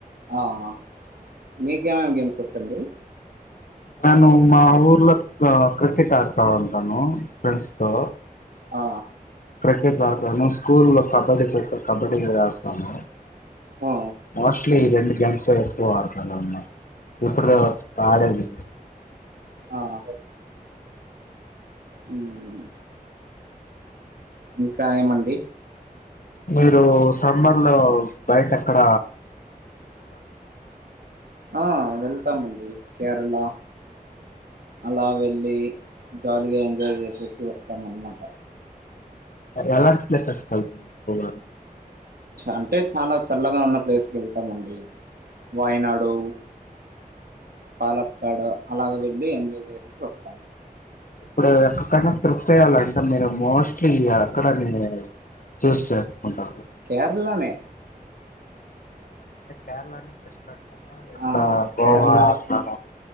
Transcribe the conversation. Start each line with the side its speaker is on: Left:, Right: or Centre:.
Right: ఆహ మీకేమేమి గేమ్స్ ఓచ్చండి?
Left: నేను మా ఊర్లో అ క్రికెట్ ఆడుతా ఉంటాను ఫ్రెంఫ్స్ తో
Right: ఆ
Left: క్రికెట్ ఆడుతాను స్కూల్లో కబడ్డీ కోకో కబడ్డీ ఆడుతాను
Right: ఆ
Left: మోస్ట్లీ రెండు గేమ్స్ ఏ ఎక్కువ ఆడుతా అన్నమాట ఇప్పుడు ఆడేది
Right: ఆహ మ్ ఇంకా ఎం అండి
Left: మీరు సమ్మర్ లో బయట అక్కడ
Right: ఆ వెళ్ళ్తామ్ అండి కేరళ అలా వెళ్ళి జాలీగా ఎంజాయ్ చేసేసి వస్తాం అనమాట.
Left: ఎలాటి ప్లేసెస్ కి వెళ్తారు పోయిరాన్
Right: అంటే చానా చల్లగా ఉన్న ప్లేసెస్ వెళ్తా వెళ్లుతా అండి వాయనాడు, పాలక్కడ అలాగ వెళ్ళి ఎంజాయ్ చేసేసి వస్తా
Left: ఇప్పుడు ఎక్కకన్నా ట్రిప్ ఏయాలి అంటే మీరు మోస్ట్లీ అక్కడని షూస్ చేసుకుంటాను
Right: కేరళనే
Left: అంటే కేరళ ప్రిస్ట్ అన్న అట్లా
Right: ఆ
Left: గోవా
Right: కేరళ
Left: అట్లన